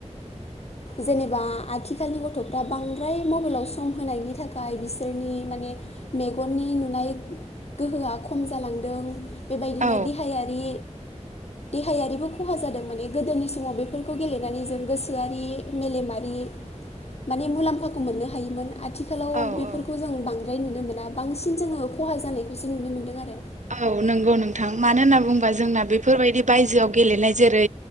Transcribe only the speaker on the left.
जेनेबा आथिखालनि गथफ्रा बांद्राय मबाइलाव सम होनायनि थाखाय बिसोरनि माने मेगननि नुनाय गोहोआ खम जालांदों। बेबायदिनो
देहायारि देहायारिबो खहा जादों माने गोदोनि समाव बेफोरखौ गेलेनानै जों गोसोआरि मेलेमारि माने मुलाम्फाखौ मोननो हायोमोन। आथिखालाव
बेफोरखौ
जों बांद्रा ओमफ्राय नुनो मोना बांसिन जोङो खहा जानायखौसो नुनो मोनदों आरो